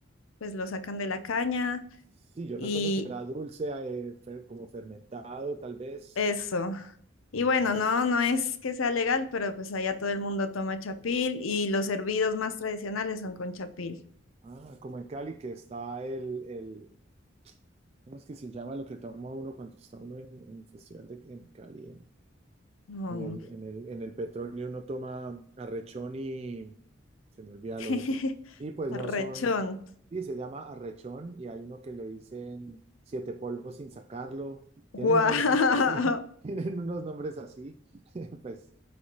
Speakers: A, on the left (about 90°); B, on the right (about 30°).
A: pues lo sacan de la caña
B: Sí, yo
A: y
B: recuerdo que era dulce, eh, fer- como fermentado, tal vez.
A: eso. Y
B: Ujú.
A: bueno, no, no es que sea legal, pero pues allá todo el mundo toma chapil y los hervidos más tradicionales son con chapil.
B: Ah, como en Cali, que está el, el- ¿cómo es que se llama lo que toma uno cuando está uno en, en el festival de, en Cali?
A: Mm.
B: En el, en el, en el Petronio uno toma arrechón y se me olvida
A: <laughs>
B: lo otro. Y pues
A: Rechón.
B: no son, y se llama arrechón y hay uno que le dicen siete polvos sin sacarlo. Tienen
A: Wow.
B: unos nombres así,
A: <laughs>
B: <laughs> tienen unos nombres así. <laughs> Pues,